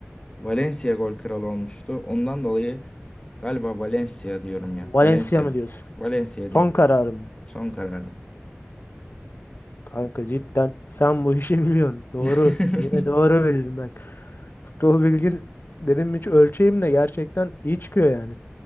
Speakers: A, on the left; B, on the left.
A: Valencia gol kralı olmuştu. Ondan dolayı galiba Valencia diyorum ya.
B: Valencia
A: Valencia.
B: mı diyorsun?
A: Valencia diyorum.
B: Son kararı mı?
A: Son kararım.
B: Kanka cidden sen bu işi biliyorsun. Doğru.
A: <laughs>
B: Yine doğru bildin bak. Futbol bilgin dedim hiç ölçeyim de gerçekten iyi çıkıyor yani.